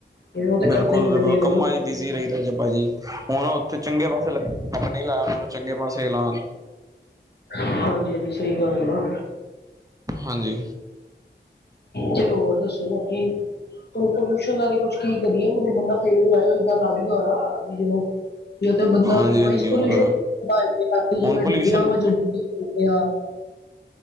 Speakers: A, on the left (about 65°); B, on the right (about 20°).
A: ਤੇ ਉਹ ਤੇ
B: ਬਿਲਕੁਲ
A: ਕਰਦੇ ਪਏ
B: ਬਿਲਕੁਲ
A: ਨੇ ਦੇਖ
B: ਕੰਮਾਂ
A: ਲਓ।
B: ਚ ਬਿਜ਼ੀ ਰਹੀਦਾ ਜੀ ਭਾਜੀ, ਹੁਣ ਉੱਥੇ ਚੰਗੇ ਪਾਸੇ ਨਹੀਂ ਲੱਗੇ ਚੰਗੇ ਪਾਸੇ ਲਾਉਣ
A: ਹਾਂਜੀ ਹਾਂਜੀ ਸਹੀ ਗੱਲ ਆ।
B: ਹਾਂਜੀ।
A: ਜੀ ਹੋਰ ਦੱਸੋ ਅੱਗੇ। ‍ ਪੋਲਿਊਸ਼ਨ ਵਾਲਾ ਕੁਛ ਕੀ ਕਰੀਏ ਮਤਲਬ ਬੰਦਾ ਪੇੜ ਉਗਾਏ ਹੋਈ ਗੱਲ ਆ ਗਈ ਦੁਆਰਾ ਵੀ ਜਦੋਂ ਤੇ ਬੰਦਾ
B: ਹਾਂਜੀ
A: ਇਨਵਾਈਸ
B: ਹਾਂਜੀ
A: <unintelligible>
B: ਹੋਰ ਹੁਣ ਪੋਲਿਊਸ਼ਨ